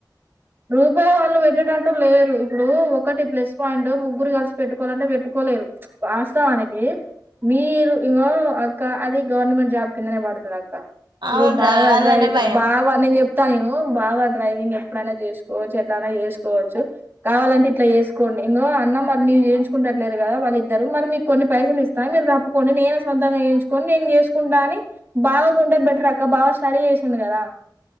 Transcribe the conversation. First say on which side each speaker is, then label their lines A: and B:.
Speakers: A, on the right (about 30°); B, on the right (about 85°).
A: రూపాయి వాళ్ళు పెట్టేటట్టు లేరు ఇప్పుడు ఒకటి ప్లస్ పాయింటు ముగ్గురు కలిసి పెట్టుకోవాలంటే పెట్టుకోలేరు వాస్తవానికి మీరు ఇంగో అక్క అది గవర్నమెంట్ జాబ్ కిందనే పడతది అక్క ఇప్పుడు
B: అవునురా
A: బావ
B: అదనే
A: డ్రైవ్
B: భయం
A: బావ నేంచేప్ తగిన బావ డ్రైవింగ్ ఎప్ మేనేట్ చేసుకోవచ్చు ఎట్లాన చేసుకోవచ్చు కావాలంటే ఇట్లా చేసు కోండి ఇంగో అన్న మరి చేయించుకుంటున్నారు కద వాళ్ళ ఇద్దరు మరి మీకు కొన్ని పైసలు ఇస్తాయి మీరు తప్పుకోండి నేను సొంతంగా చేంచుకని నేను చేసు కుంటా అని బాగాకుంటే బెటర్ అక్క బాగా స్టడీ చేసింది కదా